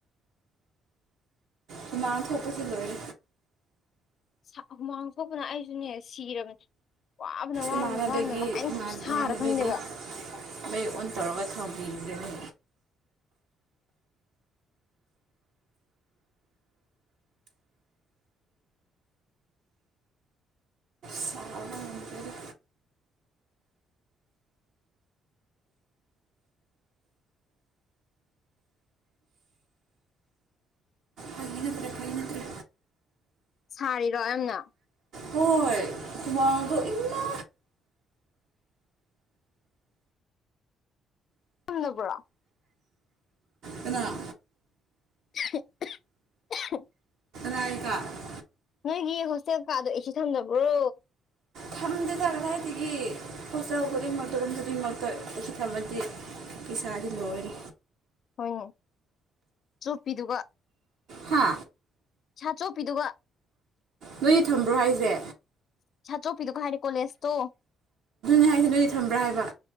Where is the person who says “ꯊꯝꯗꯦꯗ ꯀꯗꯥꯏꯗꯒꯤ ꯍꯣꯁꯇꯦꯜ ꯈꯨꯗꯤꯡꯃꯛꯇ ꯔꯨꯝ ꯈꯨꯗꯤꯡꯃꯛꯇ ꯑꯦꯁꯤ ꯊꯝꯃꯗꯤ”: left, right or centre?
Right